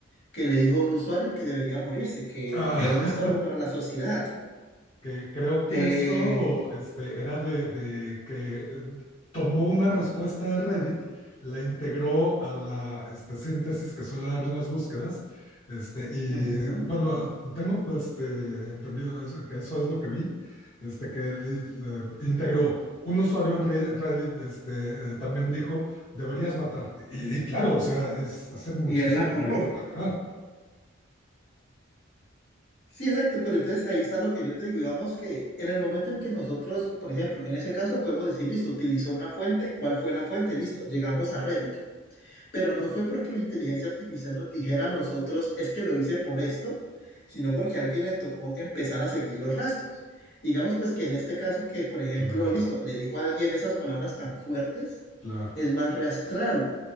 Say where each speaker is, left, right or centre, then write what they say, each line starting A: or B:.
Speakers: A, on the left; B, on the left.
A: que le dijo a un usuario que debería morirse, que,
B: Ah,
A: que era un estorbo para
B: <laughs>
A: la sociedad.
B: que creo que
A: Eh,
B: eso este, era de, de que tomó una respuesta de Reddit, la integró a la este, síntesis que suele dar en las búsquedas. Este, y
A: ujú,
B: bueno, tengo pues, este, entendido eso- que eso es lo que vi, este, que di- eh, integró un usuario en Re- Reddit, este, eh, también dijo, deberías matarte. Y, y claro, o sea, es, hace muchísimo
A: y él la agarró.
B: ruido. Ajá,
A: Sí, exacto, pero entonces ahí está lo que yo te digo, digamos que en el momento en que nosotros, por ejemplo, en ese caso podemos decir, listo, utilizó una fuente, ¿cuál fue la fuente? Listo, llegamos a red. pero no fue porque la inteligencia artificial nos dijera a nosotros, es que lo hice por esto, sino porque a alguien le tocó empezar a seguir los rastros. Digamos pues que en este caso que, por ejemplo,
B: claro,
A: listo, le dijo a alguien esas palabras tan fuertes,
B: claro.
A: es más rastreable.